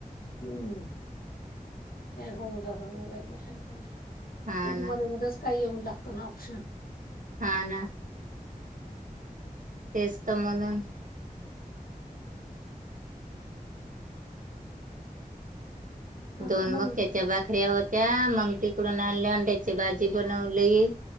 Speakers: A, on the left; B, on the right.
A: हम्म होऊ जा म प
B: हा
A: का
B: ना
A: त मध्ये मध्येच काही येऊन लागत ना ऑप्शन
B: हा ना तेतम म्हण
A: आता
B: दोन
A: मग
B: मक्याच्या भाकऱ्या होत्या मग तिकडून आणल्या अंड्याची भाजी बनवली